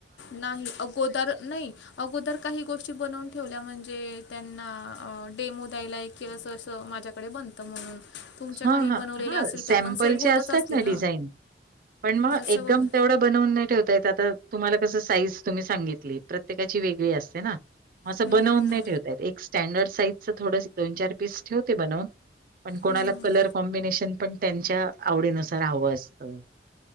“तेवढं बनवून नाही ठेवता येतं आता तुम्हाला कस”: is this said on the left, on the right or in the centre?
Right